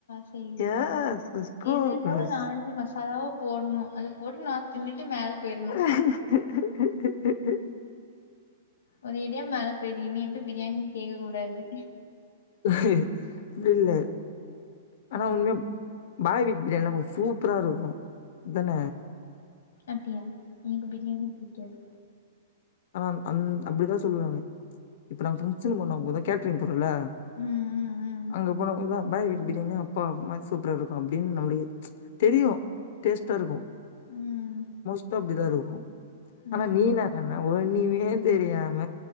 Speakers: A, on the left; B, on the left.
A: சேரி சேரி
B: எஸ் எஸ் கோர்ஸ்
A: ஏதேதோ நாலஞ்சு மாஸ் அலவா போட்ணு அது போட்டு நா தின்னுட்டு மேல
B: <unintelligible>
A: போயிரணும். ஒரே அடியா மேல போய்ருவீங்க மீண்டு பிரியாணின் கேக்ககூடாது
B: அப்டி இல்ல ஆனா உண்மயா பாய் வீட் பிரியாணிலா கொஞ்சோ சூப்ரா இருக்கு தான
A: அப்டியா எனக்கு பிரியாணியே புடிக்காது
B: ஆ அந் அப்டிதா சொல்லுவாங்க இப்ப நாங்க ஃபங்ஷன் போனப்பதா கேட்ரிங் உள்ள
A: ம், ம், ம்.
B: அங்க போனப்ரோதா பாய் வீட் பிரியாணினா அப்பா மா சூப்ராருக்கும் அப்டின் நம்ளுகே தெரியு டேஸ்டா இருக்கு
A: ம்,
B: மோஸ்டா அப்டிதாருக்கு
A: ம்.
B: ஆனா நீதா ஒண்ணுமே தெரியாம